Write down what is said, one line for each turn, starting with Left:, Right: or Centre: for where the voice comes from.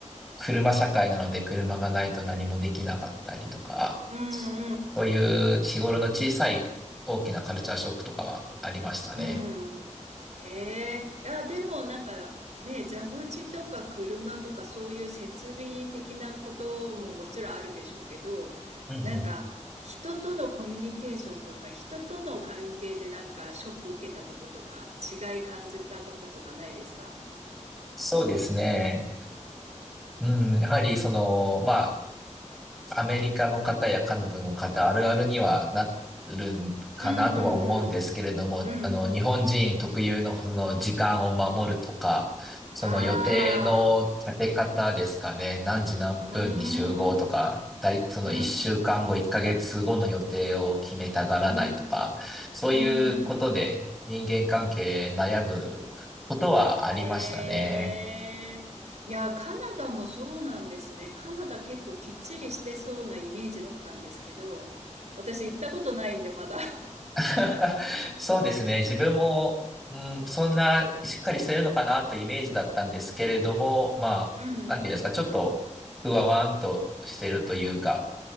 Centre: 車社会なので車がないと何もできなかったりとか、
Right: うんうん。
Centre: そういう日頃の小さい大きなカルチャーショックとかはありましたね。
Right: うんうん。へえ。いや、でもなんかね、蛇口とか車とかそういう設備的なことももちろんあるでしょうけど、
Centre: うんうん
Right: なんか人とのコミュニケーションとか人との関係でなんかショック受けたこととか違い感じたこととかないですか
Centre: そうですね。うん、やはりその、まアメリカの方やカナダの方あるあるにはなるんかなとは思うんですけれども、
Right: うんうんうん。うん。
Centre: あの、日本人特有のその時間を守るとか、その予定の立て方ですかね、
Right: ああ。
Centre: 何時何分に集合とか、
Right: うーん。
Centre: だい、その一週間後、
Right: うん、
Centre: 一ヶ月後の予定を決めたがらないとか、
Right: うん、
Centre: そういうことで人間関係悩むことはありましたね。
Right: うん、うん。へえ。いや、カナダもそうなんですね。カナダ結構きっちりしてそうなイメージだったんですけど、私行ったことないんで、まだ。
Centre: <laughs> そうですね。自分も、うん、そんなしっかりしてるのかなというイメージだったんですけれども、まあ、
Right: うんうん。
Centre: なんていうんですか、ちょっとふわわんとしてるというか、